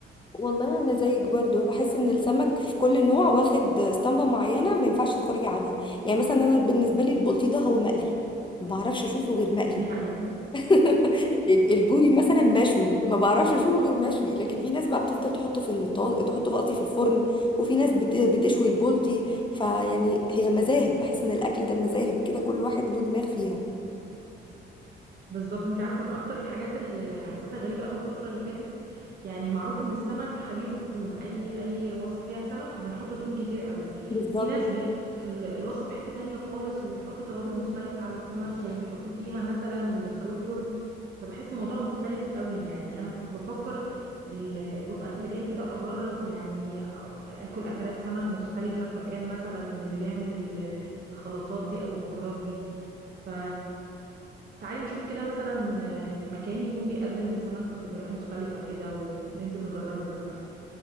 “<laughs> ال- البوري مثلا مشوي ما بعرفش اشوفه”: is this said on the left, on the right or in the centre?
Left